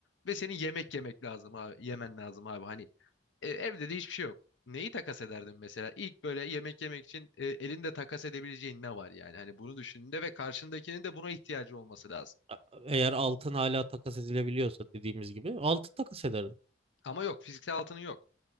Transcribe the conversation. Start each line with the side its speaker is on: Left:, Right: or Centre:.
Left: Ve senin yemek yemek lazım abi. Yemen lazım abi. Hani e, evde de hiçbir şey yok. Neyi takas ederdin mesela? İlk böyle yemek yemek için e, elinde takas edebileceğin ne var yani? Hani bunu düşündüğünde ve karşındakinin de buna ihtiyacı olması lazım.
Right: A- Eğer altın hala takas edilebiliyorsa dediğimiz gibi altın takas ederdim.
Left: Ama yok fiziksel altının yok.